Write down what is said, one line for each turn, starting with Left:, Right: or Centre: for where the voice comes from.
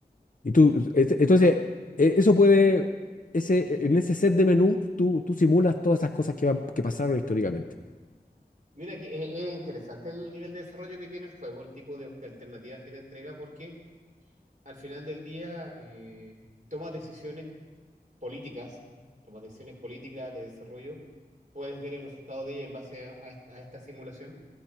Left: y tú, et- entonces, e- eso puede, ese, en ese set de menú, tú, tú simulas todas esas cosas que van, que pasaron históricamente.
Right: mira que es, es interesante el nivel de desarrollo que tiene el juego, el tipo de, de alternativas que te entrega, porque al final del día eh, tomas decisiones políticas, tomas decisiones políticas de desarrollo, puedes ver el resultado de ella en base a a- esta a esta simulación